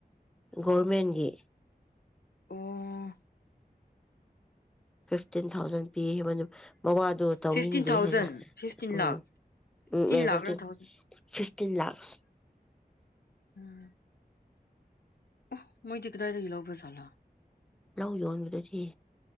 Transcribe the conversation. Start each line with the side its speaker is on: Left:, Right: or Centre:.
Centre: ꯒꯣꯔꯃꯦꯟꯒꯤ
Left: ꯑꯣ
Centre: ꯐꯤꯐꯇꯤꯟ ꯊꯥꯎꯖꯟ ꯄꯤꯕꯅ ꯃꯋꯥꯗꯨꯣ ꯇꯧꯅꯤꯡꯗꯦ
Left: ꯐꯤꯐꯇꯤꯟ ꯊꯥꯎꯖꯟ
Centre: ꯍꯥꯏꯅ
Left: ꯐꯤꯐꯇꯤꯟ
Centre: ꯎꯝ
Left: ꯂꯥꯈ
Centre: ꯎꯝ ꯅꯦ
Left: ꯂꯥꯈꯔ
Centre: ꯐꯤꯐꯇꯤꯟ
Left: ꯊꯥꯎꯖꯟ
Centre: ꯐꯤꯐ ꯇꯤꯟ ꯂꯥꯛꯁ
Left: ꯎꯝ ꯑꯣ ꯃꯣꯏ ꯗꯤ ꯀꯗꯥꯏꯗꯒꯤ ꯂꯧꯕꯖꯥꯠꯂꯥ
Centre: ꯂꯧ ꯌꯣꯟꯕꯗꯒꯤ